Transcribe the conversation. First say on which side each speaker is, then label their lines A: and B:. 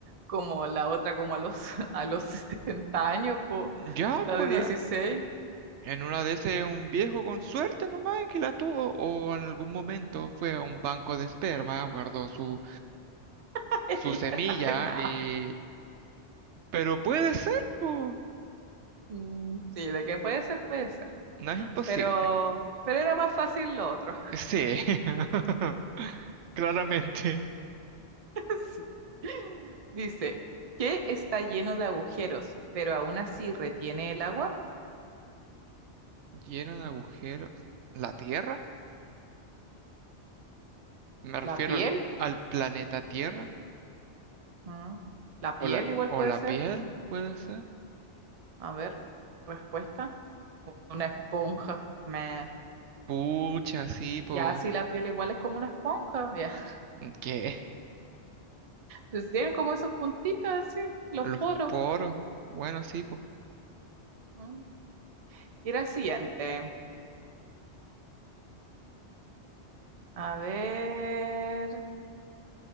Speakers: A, on the right (about 35°); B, on the right (about 80°).
A: como la otra, como a los, <laughs> a los 60 años, pues,
B: ya
A: la
B: por
A: de
B: la...
A: 16.
B: En una de esas un viejo con suerte nomás y que la tuvo o en algún momento fue a un banco de esperma, guardó su,
A: <laughs>
B: su semilla
A: Ay, no.
B: y... Pero puede ser, pues,
A: Mm, Sí, de qué puede ser, puede ser.
B: no es imposible.
A: pero, pero era más fácil lo otro.
B: Sí, <laughs> claramente.
A: <laughs> Sí. Dice, ¿qué está lleno de agujeros, pero aún así retiene el agua?
B: Lleno de agujeros. ¿La Tierra? Me refiero
A: ¿La piel?
B: al, al planeta Tierra.
A: Mm, ¿La piel
B: O la,
A: igual
B: o
A: puede
B: la
A: ser?
B: piel, puede ser.
A: A ver, respuesta. u- Una esponja. Meh.
B: Pucha, sí, po.
A: Ya, sí, la piel igual es como una esponja. Ya. <laughs>
B: ¿Qué?
A: Entonces tiene como esos puntitos así, los
B: <laughs> Los
A: poros.
B: poros. Bueno, sí, po.
A: Mm. Ir al siguiente. A ver.